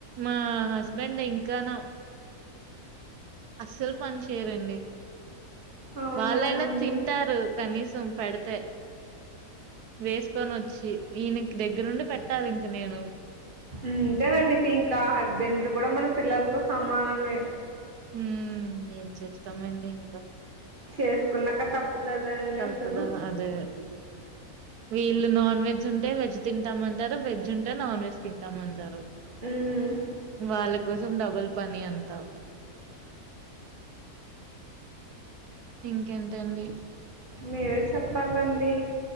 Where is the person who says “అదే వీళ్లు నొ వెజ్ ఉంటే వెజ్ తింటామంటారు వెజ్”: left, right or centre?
Right